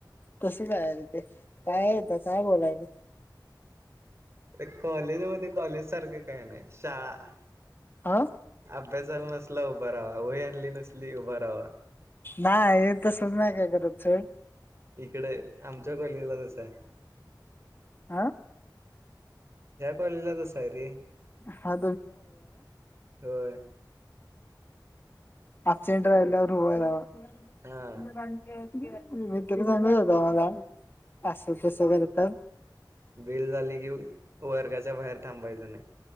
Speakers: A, on the left; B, on the right.
A: तस काय आहे ते काय आहे त्यात काय बोलायल?
B: एक कॉलेज मध्ये कॉलेज सारख काय नाही शाळा.
A: ह
B: बस झाल नसल उभा राहावा वही आणली नसली उभा राहावा.
A: नाही हे तसल नाही काय करत सोड.
B: इकडे आमच्या गल्लीला तस आहे.
A: आ?
B: ह्या कलेला तस आहे रे.
A: हा
B: होय.
A: आपसेंट राहिल्यावर उभा राहावा. <inaudible>
B: हा
A: मी तिला सांगत होतो आम्हाला असं तसं करतात.
B: बेल झाली कि वर्गाच्या बाहेर थांबायचं नाही.